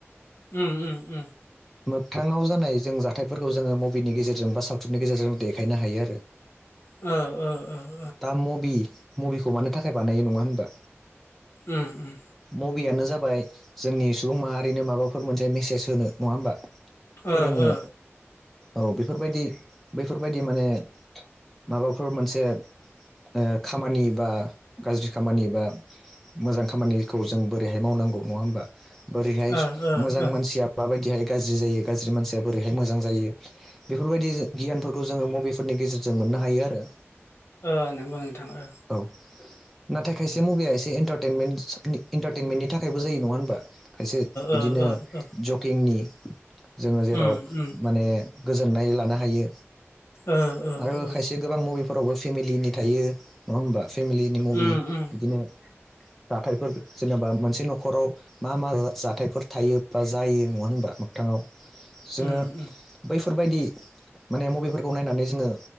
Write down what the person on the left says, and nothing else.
उम उम उम
औ औ
उम उम
ओ ओ
ओ ओ
ओ
ओ नंगौ नोंथां ओ
ओ
ओ ओ
उम उम
ओ ओ
ओ
उम उम
उम उम